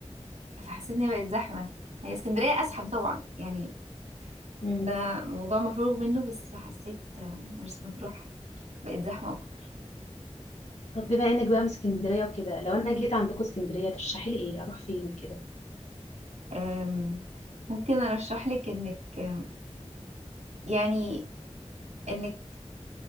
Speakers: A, on the right (about 80°); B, on the left (about 85°).
A: فحسيت إن هي بقت زحمة هي اسكندرية أزحم طبعا يعني
B: مم.
A: ده موضوع مفروغ منه بس حسيت مرسى مطروح بقت زحمة أكتر
B: طب بما إنك بقى من اسكندرية وكده لو أنا جيت عندكم اسكندرية ترشحي لي إيه أروح فين وكده
A: أم، ممكن أرشح لك إنك أم، يعني إنك